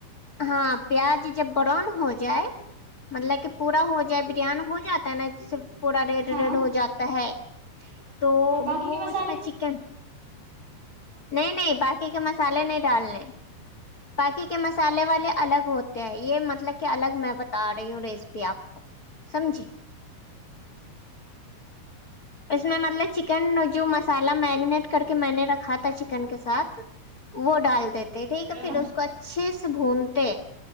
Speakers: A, on the left; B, on the right.
A: ہاں پیاز جب براؤن ہو جائے مطلب کہ پورورا ہو جائے بریان ہو جاتا ہے نا ج پوڑا ریڈ
B: ہاں
A: ریڈ ہو جاتا ہے تو
B: اور باقی
A: وہ
B: کے مسالے
A: اس میں چکن نہیں نہیں باقی کے مسالے نہیں ڈالنے باقی کے مسالے والے الگ ہوتے ہیں یہ مطلب کہ الگ میں بتا رہی ہوں ریسیپی آپ کو سمج اس میں مطلب چکن جو مسالہ میگنیٹ کر کے میں نے رکھا تھا چکن کے ساتھ وہ ڈال د دیتے ٹھیک ہے پھر
B: ہاں
A: اس کو اچھے سے بھونتے